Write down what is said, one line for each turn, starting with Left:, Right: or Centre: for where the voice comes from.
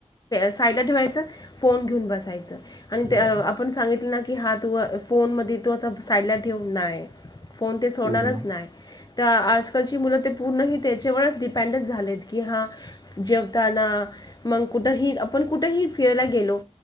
Left: साईडला ठेवायचं, फोन घेऊन बसायचं आणि त्या
Right: बरोबर
Left: आप- आपण सांगितलं ना की हा तू फोन मध्ये तू आता साईडला ठेव, नाय. फोन ते सोडणारच
Right: तेच ना
Left: नाय. तर आजकालची मुलं ते पूर्णही त्याच्यावरच डिपेंडंट झालेत की हां- जेवताना, मग कुट- ठही, आपण कुठेही फिरायला गेलो